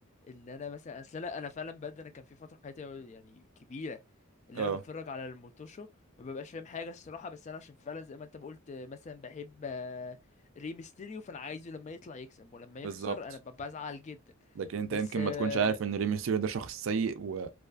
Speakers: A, on the left; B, on the right.
A: ان انا مثلا اصل انا انا فعلا بجد انا كان في فتره في حياتي يعني كبيره اللي
B: اه
A: انا بتفرج على الموتوشو ما ببقاش فاهم حاجه الصراحه بس انا عشان فعلا زي ما انت ما قلت مثلا بحب آه، ريمستيريو فانا عايزه لما يطلع يكسب ولما يخسر
B: بالظبط
A: انا ببقى بزعل جدا
B: لكن انت
A: بس
B: يمكن ما
A: آه،
B: تكونش عارف ان ري ميستيريو ده شخص سيء و...